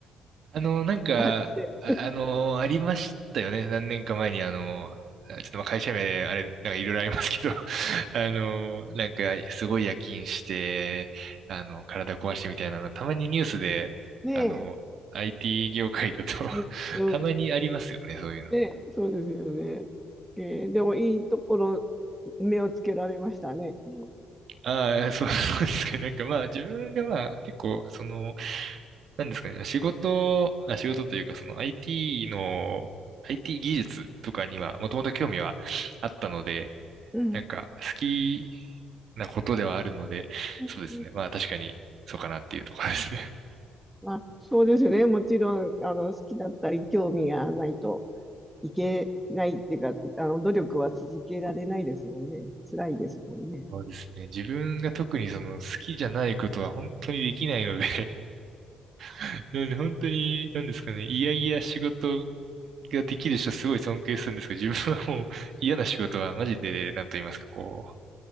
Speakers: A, on the right; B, in the centre.
A: あの、なんか、
B: あって。
A: あ、あの、ありましたよね。何年か前に、あの、ちょっとまあ会社名、あれ、なんかいろいろありますけど、<laughs> あの、なんか、すごい夜勤して、あの、体壊してみたいなの、たまにニュースで、
B: ね
A: あの、IT 業界だと
B: え。
A: <laughs>
B: うん、
A: たまにありますよね、
B: うん。
A: そういうの。
B: ねえ、そうですよね。ええ、でもいいところ、目をつけられましたね。うん。
A: ああ、そう、そうですか。なんかまあ、自分がまあ、結構、その、なんですかね、仕事、あ、仕事というか、その IT の、IT 技術とかには、もともと興味はあったので、
B: うん
A: なんか好きなことではあるので、
B: うん
A: そうですね。まあ確かにそうかなっていうところですね。
B: まあ、そうですよね。もちろん、あの、好きだったり、興味がないと。いけないっていうか、あの、努力は続けられないですもんね。辛いですもんね。
A: <laughs> そうですね。自分が特にその好きじゃないことは本当にできないので <laughs> なんで <laughs> 本当に、なんですかね。いやいや仕事ができる人すごい尊敬するんですけど、自分はもう嫌な仕事はマジで、なんと言いますか、こ